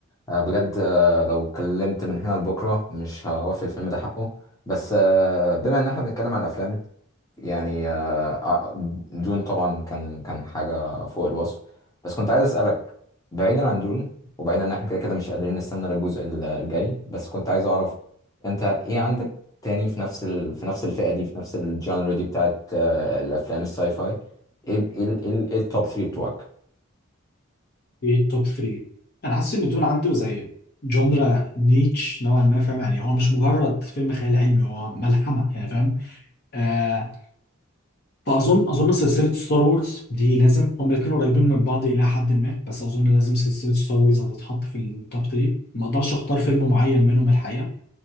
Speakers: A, on the left; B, on the left.
A: آه، بجد آه، لو اتكلمت من هنا لبكره مش هوفي الفيلم ده حقه بس آه، بما ان احنا بنتكلم عن الافلام يعني آه، آه، دون طبعا كان كان حاجه فوق الوصف بس كنت عايز اسالك بعيدا عن دون وبعيدا ان احنا كده كده مش قادرين نستنى للجزء ال- الجاي بس كنت عايز اعرف انت ايه عندك تاني في نفس ال... في نفس الفئه دي في نفس الجانر دي بتاعت آه، الافلام الساي فاي ايه ايه ايه إيه التوب 3 بتوعك
B: ايه التوب 3 انا حاسس ان دول عنده زي جونرا نيتش نوعا ما فاهم يعني هو مش مجرد فيلم خيال علمي هو ملحمه يعني فاهم آه فاظن اظن سلسله ستار وورز دي لازم هما الاثنين قريبين من بعض الى حد ما بس اظن لازم سلسله ستار وورز هتتحط في التوب 3 ما اقدرش اختار فيلم معين منهم الحقيقه